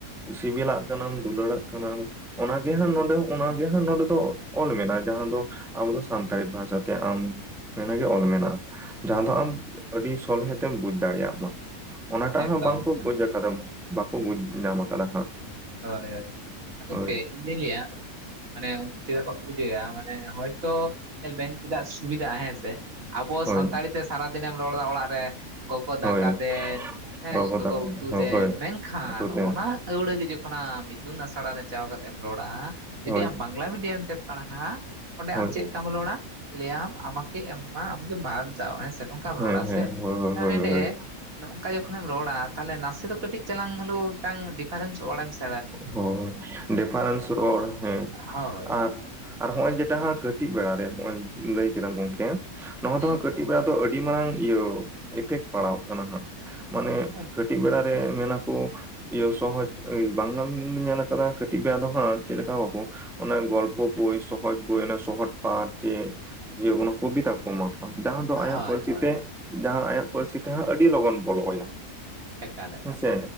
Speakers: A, in the centre; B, on the right (about 65°).
A: ᱥᱤᱵᱤᱞᱟᱜ ᱠᱟᱱᱟᱢ ᱫᱩᱞᱟᱹᱲᱟᱜ ᱠᱟᱱᱟᱢ᱾ ᱚᱱᱟ ᱜᱮ ᱦᱟᱸᱜ ᱱᱚᱸᱰᱮ ᱚᱱᱟ ᱜᱮ ᱦᱟᱸᱜ ᱱᱚᱸᱰᱮ ᱫᱚ ᱚᱞ ᱢᱮᱱᱟᱜ-ᱟ, ᱡᱟᱦᱟᱸ ᱫᱚ ᱟᱵᱚ ᱥᱟᱱᱛᱟᱲᱤ ᱵᱷᱟᱥᱟᱛᱮ ᱟᱢ ᱚᱱᱟ ᱜᱮ ᱚᱞ ᱢᱮᱱᱟᱜ-ᱟ᱾ ᱡᱟᱦᱟᱸ ᱫᱚ ᱟᱢ ᱟᱹᱰᱤ ᱥᱚᱞᱦᱮᱛᱮᱢ ᱵᱩᱡ ᱫᱟᱲᱮᱭᱟᱜ ᱢᱟ, ᱚᱱᱟᱴᱟᱜ
B: ᱮᱠᱫᱚᱢ
A: ᱦᱚᱸ ᱵᱟᱝ ᱠᱚ
B: ᱦᱮᱸ
A: ᱵᱩᱡᱽ-ᱟ᱾ ᱵᱟᱠᱚ ᱵᱩᱡᱽ ᱧᱟᱢ ᱟᱠᱟᱫᱟ ᱦᱟᱸᱜ᱾
B: ᱦᱳᱭ ᱦᱳᱭ, ᱟᱫᱚ
A: ᱦᱳᱭ
B: ᱥᱮᱭ ᱤᱧ ᱫᱚᱧ ᱞᱟᱹᱭᱟ ᱢᱟᱱᱮ ᱩᱱᱠᱩ ᱪᱮᱫᱟᱜ ᱵᱟᱠᱚ ᱵᱩᱡᱷᱟᱹᱣᱮᱜ-ᱟ, ᱢᱟᱱᱮ ᱦᱚᱭᱛᱚ ᱧᱮᱞ ᱵᱮᱱ ᱛᱤᱱᱟᱹᱜ ᱥᱩᱵᱤᱫᱷᱟᱜ-ᱟ ᱦᱮᱸ ᱥᱮ᱾ ᱟᱵᱚ
A: ᱦᱳᱭ
B: ᱥᱟᱱᱛᱟᱲᱤ ᱛᱮ ᱥᱟᱨᱟᱫᱤᱱᱮᱢ ᱨᱚᱲ ᱮᱫᱟ ᱚᱲᱟᱜ ᱨᱮ, ᱜᱚᱜᱚ
A: ᱦᱳᱭ
B: ᱫᱟᱠᱟ ᱫᱮᱱ᱾ ᱦᱮᱸ,
A: ᱵᱟᱵᱚ
B: ᱜᱚᱜᱚ
A: ᱛᱟᱠᱚ
B: ᱩᱛᱩ ᱫᱮᱱ,
A: ᱦᱳᱭ
B: ᱢᱮᱱᱠᱷᱟᱱ
A: ᱟᱠᱚ ᱴᱷᱮᱱ
B: ᱚᱱᱟ ᱟᱹᱣᱲᱟᱹ ᱜᱮ ᱡᱚᱠᱷᱚᱱ ᱟᱢ ᱤᱛᱩᱱ ᱟᱥᱲᱟ ᱨᱮ ᱪᱟᱞᱟᱣ ᱠᱟᱛᱮ ᱮᱢ ᱨᱚᱲᱟ, ᱡᱩᱫᱤ
A: ᱦᱳᱭ
B: ᱟᱢ ᱵᱟᱝᱞᱟ ᱢᱤᱰᱤᱭᱟᱢ ᱛᱮᱢ ᱯᱟᱲᱦᱟᱜ-ᱟ, ᱚᱸᱰᱮ
A: ᱦᱳᱭ
B: ᱟᱢ ᱪᱮᱫ ᱞᱮᱠᱟᱢ ᱨᱚᱲᱟ ᱞᱟᱹᱭ ᱟᱢ ᱟᱢᱟᱠᱮ ᱢᱟ ᱟᱢᱟᱠᱮ ᱵᱷᱟᱫ ᱫᱟᱣ ᱾ᱦᱮᱸ ᱥᱮ ᱱᱚᱝᱠᱟᱢ
A: ᱦᱮᱸ
B: ᱨᱚᱲᱟ
A: ᱦᱮᱸ
B: ᱥᱮ,
A: ᱦᱳᱭ ᱦᱳᱭ
B: ᱠᱟᱨᱚᱱ
A: ᱦᱳᱭ
B: ᱮᱸᱰᱮ
A: ᱦᱳᱭ
B: ᱱᱚᱝᱠᱟ ᱡᱚᱠᱷᱚᱱᱮᱢ ᱨᱚᱲᱟ ᱛᱟᱦᱚᱞᱮ ᱱᱟᱥᱮ ᱫᱚ ᱠᱟᱹᱴᱤᱡ ᱛᱟᱞᱟᱝ ᱦᱳᱞᱳ ᱢᱤᱫᱴᱟᱝ ᱰᱤᱯᱷᱟᱨᱮᱱᱥ ᱚᱣᱟᱨᱰ ᱮᱢ ᱥᱮᱬᱟᱭᱟ᱾
A: ᱦᱚᱭ ᱰᱤᱯᱷᱟᱨᱮᱱᱥ ᱨᱚᱲ ᱦᱮᱸ
B: ᱦᱳᱭ
A: ᱟᱨ ᱟᱨ ᱱᱚᱜ-ᱚᱭ ᱡᱮᱴᱟ ᱦᱟᱸᱜ ᱠᱟᱹᱴᱤᱡ ᱵᱮᱲᱟᱨᱮ ᱱᱚᱜ-ᱚᱭ ᱞᱟᱹᱭ ᱠᱮᱫᱟ ᱜᱚᱝᱠᱮ ᱱᱚᱣᱟ
B: ᱦᱩᱸ
A: ᱫᱚ ᱠᱟᱹᱴᱤᱡ ᱵᱮᱲᱟ ᱫᱚ ᱟᱹᱰᱤ ᱢᱟᱨᱟᱝ ᱤᱭᱟᱹ ᱤᱯᱷᱮᱠᱴ ᱯᱟᱲᱦᱟᱣ-ᱚᱜ ᱠᱟᱱᱟ ᱦᱟᱸᱜ ᱢᱟᱱᱮ
B: ᱦᱩᱸ᱾ ᱦᱮᱸ ᱦᱮᱸ᱾
A: ᱠᱟᱹᱴᱤᱡ ᱵᱮᱲᱟ ᱨᱮ ᱢᱮᱱᱟᱠᱚ ᱤᱭᱟᱹ ᱥᱚᱦᱚᱡ ᱵᱟᱝᱞᱟ ᱨᱮ ᱫᱚᱧ ᱧᱮᱞ ᱟᱠᱟᱫᱟ ᱠᱟᱹᱴᱤᱡ ᱵᱮᱲᱟ ᱫᱚ ᱦᱟᱸᱜ ᱪᱮᱫ ᱞᱮᱠᱟ ᱵᱟᱠᱚ ᱚᱱᱮ ᱜᱚᱞᱯᱚ ᱵᱳᱭ, ᱥᱚᱦᱚᱡ ᱵᱳᱭ, ᱥᱚᱦᱚᱡ ᱯᱟᱴ, ᱪᱮᱫ ᱤᱭᱟᱹ ᱚᱱᱟ ᱠᱚᱵᱤᱛᱟ ᱠᱚ ᱮᱢᱟ᱾ ᱡᱟᱦᱟᱸ ᱫᱚ ᱟᱭᱟᱜ
B: ᱦᱳᱭ
A: ᱯᱟᱹᱨᱥᱤ
B: ᱦᱳᱭ
A: ᱛᱮ
B: ᱦᱳᱭ
A: ᱡᱟᱦᱟᱸ ᱟᱭᱟᱜ ᱯᱟᱹᱨᱥᱤ ᱛᱮᱦᱟᱸᱜ ᱟᱹᱰᱤ ᱞᱚᱜᱚᱱ ᱵᱚᱞᱚ ᱟᱭᱟ᱾
B: ᱮᱠᱟᱞ ᱮᱠᱟᱞ
A: ᱦᱮᱸᱥᱮ